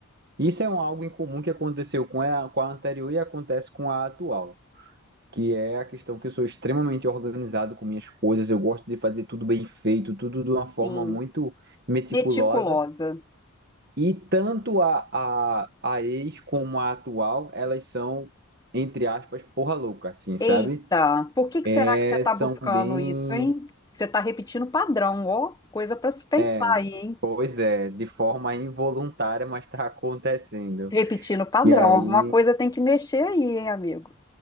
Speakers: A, on the right; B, on the left.
A: Isso é um algo em comum que aconteceu com a, com a anterior e acontece com a atual, que é a questão que eu sou extremamente organizado com minhas coisas, eu gosto de fazer tudo bem feito, tudo de uma
B: Sim,
A: forma muito meticulosa,
B: meticulosa.
A: e tanto a, a, a ex como a atual, elas são, entre aspas, porra louca, assim, sabe?
B: Eita, por que que será
A: É,
B: que você está
A: são
B: buscando
A: bem.
B: isso, hein? Você está repetindo padrão, ó, coisa para se pensar
A: É,
B: aí, hein?
A: pois é, de forma involuntária, mas tá acontecendo.
B: Repetindo padrão.
A: E aí.
B: Alguma coisa tem que mexer aí, hein, amigo?